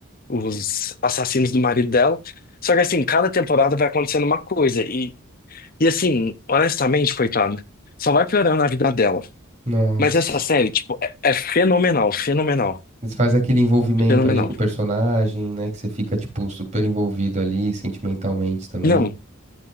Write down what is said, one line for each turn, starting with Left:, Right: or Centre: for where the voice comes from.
Left: os assassinos do marido dela. Só que assim, cada temporada vai acontecendo uma coisa. E, e assim, honestamente, coitada, só vai piorando a vida dela.
Right: Nossa.
Left: Mas essa série, tipo, é, é fenomenal, fenomenal,
Right: Eles faz aquele envolvimento
Left: fenomenal.
Right: ali com o personagem, né? Que você fica, tipo, super envolvido ali, sentimentalmente também.
Left: Não,